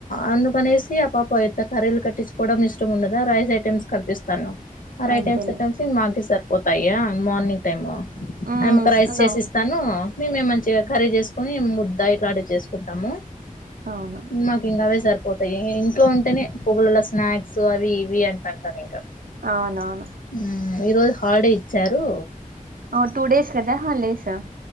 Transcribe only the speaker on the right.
అంతేలే
ఉమ్
స్లో
అవును
అవునవును
ఓ టూ డేస్ కదా హాలిడేస్